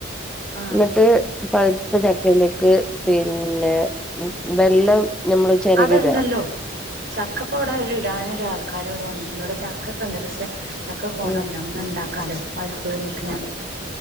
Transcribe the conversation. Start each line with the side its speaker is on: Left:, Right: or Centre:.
Right: ആഹ്
Centre: ഇങ്ങട്ട് പഴുത്ത ചക്കയിലേക്ക് പിന്നെ ഉം ബെല്ലം ഞമ്മള് ചെരകി
Right: അതുണ്ടല്ലോ
Centre: ഇടാ
Right: ചക്ക ഇപ്പം വടെ ഇടാനൊരു ആൾക്കാര് ഇവിടെ വന്നിട്ടുണ്ട് ഇവിടെ ചക്കക്കെ ഇണ്ട് പക്ഷെ ചക്ക കൊണല്ല
Centre: ഉം
Right: ന്നാ ഇണ്ടാക്കാല്ലോ പഴ്പ്പ് ഏറിക്ക്ണ്